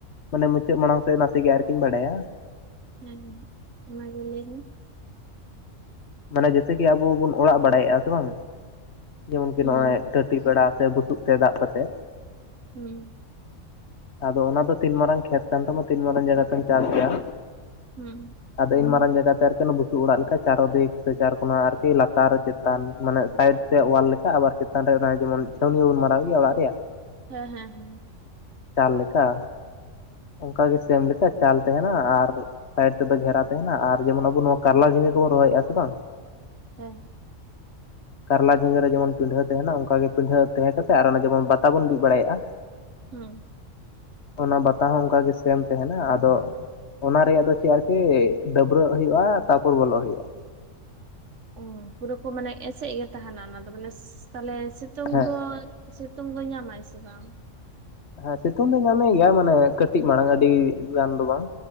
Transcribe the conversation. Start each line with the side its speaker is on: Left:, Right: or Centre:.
Left: ᱢᱟᱱᱮ ᱢᱩᱪᱟᱹᱫ ᱢᱟᱲᱟᱝ ᱥᱮᱫ ᱱᱟᱥᱮ ᱜᱮ ᱟᱨᱠᱤᱧ ᱵᱟᱰᱟᱭᱟ ᱾
Right: ᱦᱮ ᱢᱟᱞᱟᱭ ᱢᱮ
Left: ᱢᱟᱱᱮ ᱡᱮᱭᱥᱮ ᱠᱤ ᱟᱵᱚ ᱵᱚᱱ ᱚᱲᱟᱜ ᱵᱟᱲᱟᱭᱮᱫᱼᱟ ᱥᱮ ᱵᱟᱝ ᱡᱮᱢᱚᱱ ᱠᱤ
Right: ᱦᱩᱸ
Left: ᱱᱚᱜᱼᱭᱚ ᱴᱟᱹᱴᱤ ᱵᱮᱲᱟ ᱥᱮ ᱵᱩᱥᱩᱵ ᱛᱮ ᱫᱟᱵ ᱠᱟᱛᱮ
Right: ᱦᱩᱸ
Left: ᱟᱫᱚ ᱚᱱᱟ ᱫᱚ ᱛᱤᱱ ᱢᱟᱨᱟᱝ ᱠᱷᱮᱛ ᱠᱟᱱ ᱛᱟᱢᱟ ᱛᱤᱱ ᱢᱟᱨᱟᱝ ᱡᱟᱭᱜᱟ ᱛᱮᱢ ᱪᱟᱥ ᱜᱮᱭ?
Right: ᱦᱩᱸ
Left: ᱟᱫᱚ ᱤᱱ ᱢᱟᱨᱟᱝ ᱡᱟᱭᱜᱟ ᱛᱮ ᱟᱨᱠᱤ ᱟᱱᱟ ᱵᱩᱥᱩᱵ ᱚᱲᱟᱜ ᱞᱮᱠᱟ ᱪᱟᱨᱚᱫᱤᱠ ᱥᱮ ᱪᱟᱨ ᱠᱚᱱᱟ ᱟᱨᱠᱤ ᱞᱟᱛᱟᱨ ᱪᱮᱛᱟᱱ ᱢᱟᱱᱮ ᱥᱟᱭᱤᱰ ᱥᱮ ᱚᱣᱟᱞ ᱞᱮᱠᱟ ᱟᱵᱟᱨ ᱪᱮᱛᱟᱱ ᱨᱮ ᱡᱮᱢᱚᱱ ᱪᱷᱟᱹᱣᱱᱤ ᱦᱚᱸᱵᱚᱱ ᱢᱟᱨᱟᱣ ᱜᱮᱭᱟ ᱚᱲᱟᱜ ᱨᱮᱭᱟᱜ ᱾
Right: ᱦᱮᱸ ᱦᱮᱸ ᱦᱮᱸ
Left: ᱪᱟᱞ ᱞᱮᱠᱟ ᱚᱱᱠᱟ ᱜᱮ ᱥᱮᱢ ᱞᱮᱠᱟ ᱪᱟᱞ ᱛᱟᱦᱮᱱᱟ ᱟᱨ ᱥᱟᱭᱤᱰ ᱛᱮᱫᱚ ᱜᱷᱮᱨᱟᱣ ᱛᱟᱦᱮᱱᱟ ᱟᱨ ᱡᱮᱢᱚᱱ ᱟᱵᱚ ᱱᱚᱣᱟ ᱠᱟᱞᱞᱟ ᱡᱷᱤᱸᱜᱟᱹ ᱠᱚᱵᱚᱱ ᱨᱚᱦᱚᱭᱮᱫᱼᱟ ᱥᱮ ᱵᱟᱝ ᱾
Right: ᱦᱮᱸ
Left: ᱠᱟᱨᱞᱟ ᱡᱷᱤᱸᱜᱟᱹ ᱨᱮ ᱡᱮᱢᱚᱱ ᱯᱤᱰᱦᱟᱹ ᱛᱟᱦᱮᱱᱟ ᱚᱱᱠᱟ ᱜᱮ ᱯᱤᱰᱦᱟᱹ ᱛᱟᱦᱮᱸ ᱠᱟᱛᱮ ᱟᱨ ᱚᱱᱮ ᱡᱮᱢᱚᱱ ᱵᱟᱛᱟ ᱵᱚᱱ ᱵᱤᱫ ᱵᱟᱲᱟᱭᱮᱫ-ᱟ
Right: ᱦᱮᱸ
Left: ᱚᱱᱟ ᱵᱟᱛᱟ ᱦᱚᱸ ᱚᱱᱠᱟ ᱜᱮ ᱥᱮᱢ ᱛᱟᱦᱮᱱᱟ ᱟᱫᱚ ᱚᱱᱟ ᱨᱮᱭᱟᱜ ᱫᱚ ᱪᱮᱫ ᱟᱨᱠᱤ ᱰᱟᱹᱵᱽᱨᱟᱹᱜ ᱦᱩᱭᱩᱜ-ᱟ ᱛᱟᱯᱚᱨ ᱵᱚᱞᱚᱜ ᱦᱩᱭᱩᱜ-ᱟ ᱾
Right: ᱚ... ᱯᱩᱨᱟᱹ ᱠᱚ ᱢᱟᱱᱮ ᱮᱥᱮᱫ ᱜᱮ ᱛᱟᱦᱮᱱᱟ ᱚᱱᱟ ᱫᱚ ᱢᱟᱱᱮ ᱥ... ᱛᱟᱦᱚᱞᱮ ᱥᱤᱛᱩᱝ
Left: ᱦᱮᱸ
Right: ᱫᱚ ᱥᱤᱛᱩᱝ ᱫᱚᱭ ᱧᱟᱢᱟᱭ ᱥᱮ ᱵᱟᱝ?
Left: ᱦᱮᱸ ᱥᱤᱛᱩᱝ ᱫᱚ ᱧᱟᱢ ᱮᱫ ᱜᱮᱭᱟ ᱢᱟᱱᱮ ᱠᱟᱹᱴᱤᱡ ᱢᱟᱲᱟᱝ ᱟᱹᱰᱤ ᱜᱟᱱ ᱫᱚ ᱵᱟᱝ